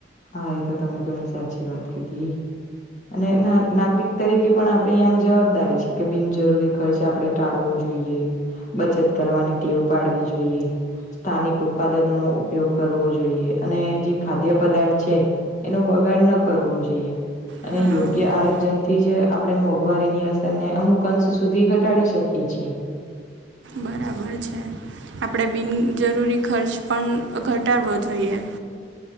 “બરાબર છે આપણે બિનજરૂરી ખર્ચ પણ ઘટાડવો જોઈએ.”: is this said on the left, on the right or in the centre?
Right